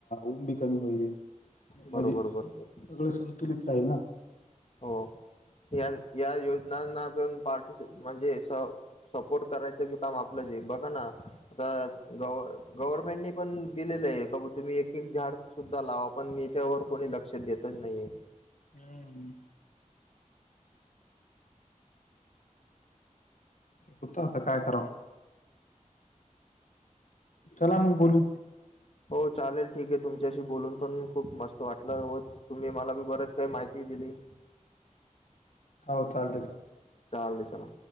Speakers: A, on the left; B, on the left.
A: ऊंन बी कमी होईलं म्हणजे
B: बरोबर बरोबर
A: सगळं संतुलित राहीलं नां
B: हो हं यां योजनांना पणं पार्टिस म्हणजे सं सपोर्ट करायचं मं आपलं जे बघां नां आतां गव्ह गव्हर्नमेंटने पण दिलेलं आहे कां तुम्हीं एक एक झाडं सुद्धां लावां पणं यांच्यावर कोणी लंक्ष देतचं नाहीे आहे
A: हम्मं होतं आतां कायं करावं चलां मंग बोलूं
B: हो चालेल ठीके आहे तुमच्यांशी बोलूंन
A: हं.
B: पणं खूंप मस्तं वाटलं हो तुम्हीं मलां बी बरंच कांहीं माहिती माहिती दिली
A: हो चालतं चालतं
B: जावे चलां